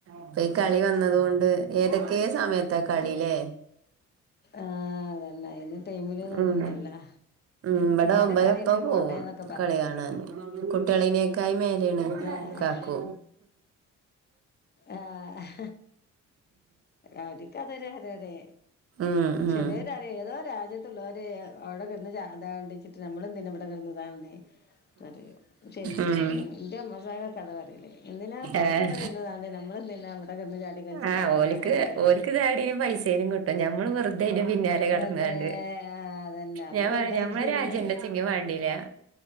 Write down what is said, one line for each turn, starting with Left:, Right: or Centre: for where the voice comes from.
Right: ഇപ്പൊ ഈ കളി വന്നതൊണ്ട് ഏതൊക്കെ സമയത്താ കളിയിലേ
Left: ആഹ് അതന്നെ അയിന് ടൈമില്ന്നൊന്നുല്ലല്ലോ
Right: ഉം ഉം ഇവിടെ
Left: ഇന്നലെ
Right: ഇബലെ
Left: കളിണ്ട്
Right: ഇപ്പ പോകും
Left: പോട്ടേന്നൊക്കെ പറഞ്ഞ്
Right: കളി കാണാന്
Left: ഇവിടെ
Right: കുട്ട്യാളെനീക്കാലി മേലെയാണ്
Left: ഏഹ്
Right: കാക്കു
Left: ആഹ് അവരിക്കതൊരു ഹരാണ്‌
Right: ഉം ഉം
Left: ചിലര് പറിയും ഏതോ രാജ്യത്തുള്ളോര് അവിടെ കിടന്ന് ചാ അതാവ്ണ്ടച്ചിട്ട് നമ്മളെന്തിനാ ഇവിടകെടന്ന് ഇതാവ്ണ് പറയും ചെലോര്
Right: ഉം
Left: ഇന്റെ അമ്മോസാക്കക്കെ അതാ പറയാ എന്തിനാ ഇപ്പൊ
Right: ഏഹ്
Left: അവരവടെ കിടന്നു ഇതാവ്ണേന് ഞമ്മളെന്തിനാ ഇവിടെ കെടന്ന് ചാടി കളിച്ചിട്ട്
Right: ആഹ്
Left: ഇപ്പെന്താ
Right: ഓല്ക്ക്
Left: കാര്യം ഇള്ളത്
Right: ഓല്ക്ക് താടിന് പൈസേനും കിട്ടും ഞമ്മള് വെറുതെ അയിന്റെ പിന്നാലെ കടന്നാണ്ട്
Left: വെറുതെ ആഹ് അതന്നെ നമ്മള്
Right: ഞാൻ പറയും
Left: വെറുത അയിന്
Right: ഞമ്മളെ ഒരു രാജ്യം ഇണ്ടച്ചെങ്കി വാണ്ടീല